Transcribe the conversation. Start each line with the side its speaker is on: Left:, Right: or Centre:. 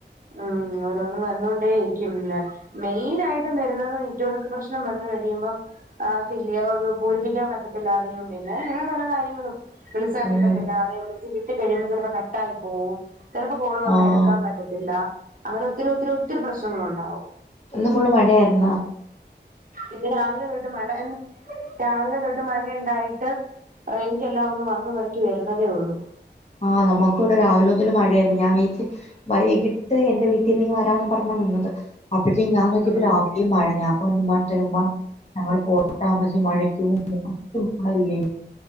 Right: ഉം അ വന്നോണ്ടേ ഇരിക്കും മെനായിട്ട് വെര്ന്നത് നെറ്റ് വർക്ക് പ്രശ്നം വന്ന് കയിയ്മ്പം ആഹ് ഫില്ല്യാ പൂരിപ്പിക്കാൻ പറ്റത്തില്ലാ പറയും പിന്നെ അങ്ങനെ പല കാര്യങ്ങളും വിളിച്ചാ കിട്ടത്തില്ലാ
Left: ഉം
Right: വിളിച്ച് കിട്ടി കയിമ്പാ ചെലപ്പോ കട്ടായി പോവും ചെലപ്പോ കോള് വന്നാ
Left: ആഹ്
Right: എടുക്ക്യാൻ പറ്റത്തില്ല അങ്ങനെ ഒത്തിരി ഒത്തിരി ഒത്തിരി പ്രശ്നങ്ങള് ഒണ്ടാവും
Left: ഒന്ന് ഫുള്ള് മഴ ആര്ന്നോ
Right: ഇന്ന് രാവിലെ തൊട്ട് മഴ രാവിലെ തൊട്ട് മഴയിണ്ടായിട്ട് റെയ്ഞ്ചെല്ലാം ഒന്ന് വന്ന് പറക്കി വേര്ന്നതേ ഒള്ളൂ
Left: ആഹ് നമ്മക്കും ഇവടെ രാവിലെ മുതാല് മഴയാരുന്നു ഞാൻ വീച്ച് വൈകിട്ട് എന്റെ വീട്ടീന്ന് വെരാന്നും പറഞ്ഞാ നിന്നത് അപ്പാഴേക്കും ഞാൻ നോക്കിയപ്പോ
Right: ഉം
Left: രാ ഈ മഴ ഞാ പറഞ്ഞ് <unintelligible> ഞങ്ങള് <unintelligible> മഴയ്ക്ക <unintelligible> ല്ലേ?